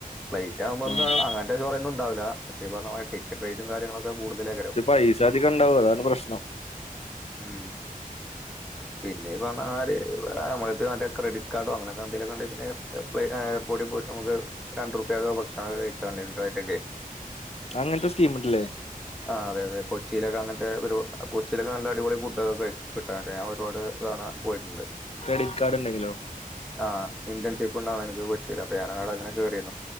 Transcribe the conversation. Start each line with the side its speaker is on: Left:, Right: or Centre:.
Centre: ഫ്ലൈറ്റ് ആക്മ്പഎന്താ
Left: ആഹ്
Centre: അങ്ങനത്തെ ചോറൊന്നുംണ്ടാവില്ല പഷേ ഈ പറഞ്ഞമാരി ടിക്കറ്റ്റേറ്റും കാര്യങ്ങളൊക്കെ കൂട്തലേക്കരം.
Left: പൈസധികംണ്ടാവും അതാണ് പ്രശ്നം
Centre: ഉം പിന്നീപ്പർഞ്ഞമാരി നമ്മളെട്ത്ത് മറ്റേ ക്രെഡിറ്റ് കാർഡോ അങ്ങനൊക്കെ എന്തേലൊക്കെ ഉണ്ടെങ്കി പിന്നെ പൊയ് ആഹ് പൊടി പോയ്ട്ടമ്മക്ക് രണ്ടുർപ്യയക്കൊക്കെ ഭക്ഷണൊക്കെ കഴിക്കാ <unintelligible>
Left: അങ്ങനത്തെ സ്കീംണ്ട്ല്ലേ
Centre: ആഹ് അതെ അതെ കൊ കൊച്ചിയിലൊക്കെ അങ്ങൻത്തെ ഒരു കൊച്ചിയിലൊക്കെ നല്ല അടിപൊളി ഫുഡൊക്കെ കിട്ടാനണ്ട് ഞാൻ ഒരുപാട് തവണ പോയിട്ടുണ്ട്
Left: ക്രെഡിറ്റ് കാർഡ് ഉണ്ടെങ്കിലോ
Centre: ആഹ് ഇന്റേൺഷിപ്പ് ഉണ്ടാവനക്ക് കൊച്ചീല് അപ്പ ഞാനവടങ്ങനെ കേറീനു